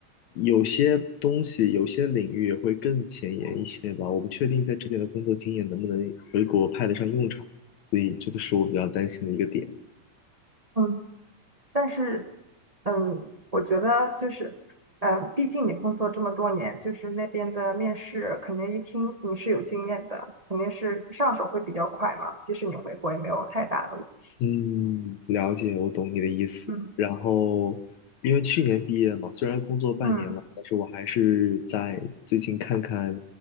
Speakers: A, on the left; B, on the right.
A: 有些东西、有些领域也会更前沿一些吧。我不确定在这边的工作经验能不能回国派得上用场，所以这个是我比较担心的一个点。
B: 嗯，但是，嗯，我觉得就是，嗯，毕竟你工作这么多年，就是那边的面试肯定一听你是有经验的，肯定是上手会比较快嘛。即使你回国也没有太大的问题。
A: 嗯，了解，我懂你的意思。
B: 嗯
A: 然后，因为去年毕业嘛，虽然工作半年了，
B: 嗯
A: 但是我还是在最近看看